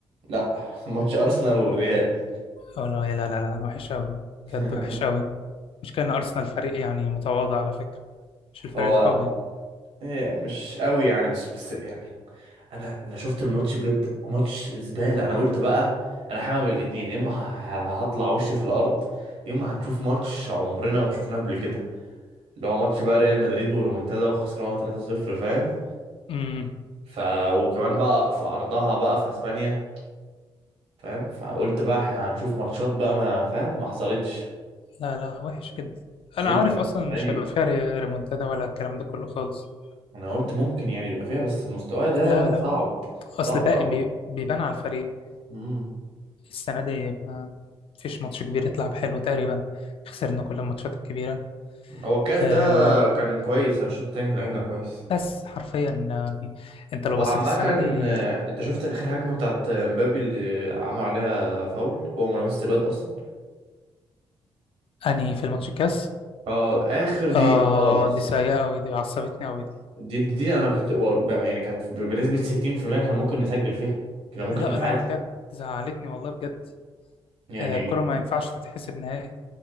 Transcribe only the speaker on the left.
اه لا لا لا لا لا، وحش قوي
بجد وحش قوي مش كان أرسنال فريق يعني متواضع على فكرة مش الفريق
القوي
امم
لا لا وحش جدا أنا
عارف أصلا مش
هيبقى فيها ري- ريمونتادا ولا الكلام ده كله خالص
لا لا
أصل
بقى
بي- بيبان على الفريق
السنة دي ما فيش ماتش كبير يتلعب حلو تقريبا خسرنا كل الماتشات الكبيرة
أه
بس حرفيا يعني أنت لو
بصيت السنة دي
أنهي في الماتش الكاس
آه
دي سيئة أوي دي عصبتني أوي
لا
لا انا بجد زعلتني والله بجد
آه، الكرة ما ينفعش تتحسب نهائي